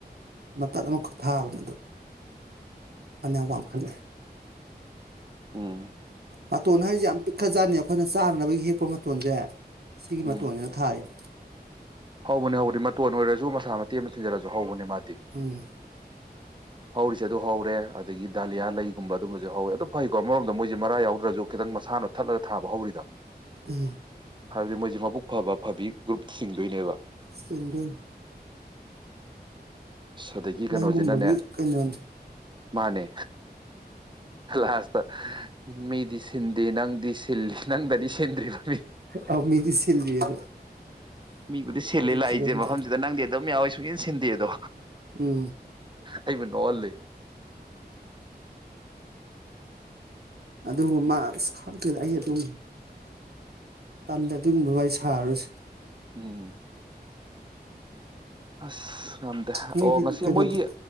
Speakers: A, on the right; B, on the right.
A: ꯃꯇꯠ ꯑꯃꯈꯛ ꯊꯥꯕꯅꯦ ꯑꯗꯣ ꯐꯅꯌꯥꯝ ꯋꯥꯡꯈꯠꯂꯦ
B: ꯎꯪ
A: ꯃꯇꯣꯟ ꯍꯥꯏꯖꯦ ꯌꯥꯝ ꯄꯤꯛꯈ꯭ꯖꯥꯠꯅꯤ ꯑꯈꯣꯏꯅ ꯆꯥꯅꯅꯕꯒꯤ ꯍꯦꯛꯄ ꯃꯇꯣꯟꯖꯦ ꯁꯤꯒꯤ
B: ꯎꯝ
A: ꯃꯇꯣꯟꯁꯤꯅ ꯊꯥꯔꯤꯅꯦ <inaudible>
B: ꯍꯧꯕꯅꯦ ꯍꯧꯕꯗꯤ ꯃꯇꯣꯟ ꯑꯣꯏꯔꯁꯨ ꯃꯁꯥ ꯃ ꯃꯇꯦꯛ ꯑꯃ ꯊꯤꯟꯖꯤꯜꯂꯁꯨ ꯍꯧꯕꯅꯦ ꯃꯥꯗꯤ
A: ꯎꯝ
B: ꯍꯧꯔꯤꯁꯦ ꯑꯗꯨ ꯍꯧꯔꯦ ꯑꯗꯒꯤ ꯗꯥꯂꯤꯌꯥ ꯂꯩꯒꯨꯝꯕ ꯑꯗꯨꯝꯕꯁꯨ ꯍꯧꯋꯦ ꯑꯗꯨ ꯀꯣ ꯃꯔꯣꯝꯗ ꯃꯣꯏꯁꯦ ꯃꯔꯥ ꯌꯥꯎꯗ꯭ꯔꯁꯨ ꯈꯤꯇꯪ ꯏꯁꯥꯅ ꯇꯠꯂꯒ ꯊꯥꯕ ꯍꯧꯔꯤꯗꯣ
A: ꯎꯝ
B: ꯍꯥꯏꯕꯗꯤ ꯃꯣꯏꯁꯤ ꯃꯕꯨꯛ ꯐꯕ ꯐꯕꯤ ꯒ꯭ꯔꯨꯞ ꯁꯤꯡꯗꯣꯏꯅꯦꯕ
A: ꯁꯤꯡꯗꯣꯏꯅꯤ
B: ꯑꯗꯒꯤ
A: ꯅꯪꯒꯨꯝꯕꯒꯤ
B: ꯀꯩꯅꯣꯁꯤꯅꯅꯦ
A: ꯀꯩꯅꯣꯅꯤ
B: ꯃꯥꯅꯦ ꯂꯥꯁꯇ ꯃꯤꯗꯤ ꯁꯤꯟ ꯗꯦ ꯅꯪꯗꯤ ꯁꯤꯜ ꯅꯪꯗꯗꯤ ꯁꯤꯟꯗ꯭ꯔꯤꯕ
A: ꯑ ꯃꯤꯗꯤ ꯁꯤꯜꯂꯤꯗ
B: ꯃꯤꯕꯨꯗꯤ ꯁꯤꯜꯂꯦ
A: ꯑꯗꯨꯏ
B: ꯂꯥꯛꯏꯁꯦ
A: ꯐꯤꯕꯝꯗ
B: ꯃꯐꯝꯁꯤꯗ ꯅꯪꯗꯤ ꯑꯗꯨꯝ ꯌꯥꯎꯋꯦ ꯁꯨꯡꯁꯤꯟ ꯁꯤꯟꯗꯦ ꯑꯗꯣ
A: ꯎꯝ
B: ꯑꯩꯕꯨ ꯅꯣꯛꯍꯜꯂꯤ
A: ꯑꯗꯨ ꯃꯥ ꯈꯪꯗꯦꯗ ꯑꯩ ꯑꯗꯨꯝ ꯇꯜꯂꯦ ꯑꯗꯨꯒꯨꯝꯕ ꯋꯥꯔꯤ ꯁꯥꯔꯔꯣꯏꯁꯦ
B: ꯎꯝ ꯑꯁ ꯉꯝꯗꯦ
A: ꯅꯣꯏꯗꯤ
B: ꯑꯣ ꯉꯁꯤ
A: ꯀꯩꯅꯣꯗ
B: ꯃꯣꯏꯒꯤ